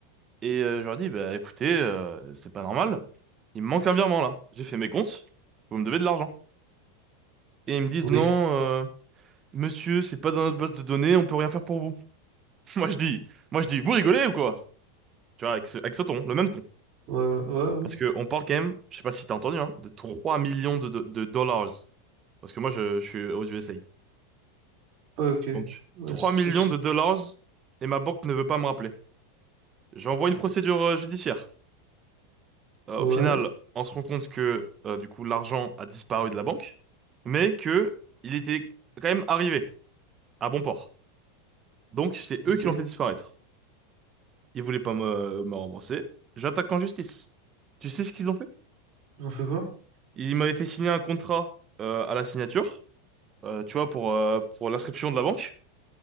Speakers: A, on the right; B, on the right.
A: et euh, je leur dis, bah, écoutez, euh, c'est pas normal, il me manque un virement là. J'ai fait mes comptes, vous me devez de l'argent. Et ils me disent,
B: Oui.
A: non, euh, monsieur, c'est pas dans notre base de données, on peut rien faire pour vous. <laughs> Moi, je dis, moi, je dis, vous rigolez ou quoi? Tu vois, avec ce, avec ce ton, le même ton.
B: Ouais, ouais, ouais. Ouais,
A: Parce que on parle quand même, je sais pas si t'as entendu, hein, de 3 millions de, de, de dollars. Parce que moi, je, je suis aux USA.
B: Ouais, ok.
A: Donc,
B: Ouais,
A: 3
B: c'est,
A: millions
B: c'est- c'est-
A: de dollars et ma banque ne veut pas me rappeler. J'envoie une procédure euh, judiciaire. Euh,
B: Ouais.
A: au final, on se rend compte que, euh, du coup, l'argent a disparu de la banque, mais que il était quand même arrivé à bon port. Donc, c'est
B: Ok.
A: eux qui l'ont fait disparaître. Ils voulaient pas me, me rembourser. J'attaque en justice. Tu sais ce qu'ils ont fait?
B: Ils ont fait quoi?
A: Ils m'avaient fait signer un contrat, euh, à la signature. euh, tu vois, pour, euh, pour l'inscription de la banque.